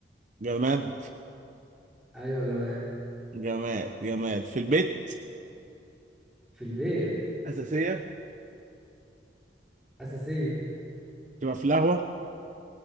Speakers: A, on the right; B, in the centre.
A: جماد
B: ايوه يا جماعه
A: جماد جماد في البيت
B: في البيت
A: أساسية
B: اساسيه
A: تبقى في القهوة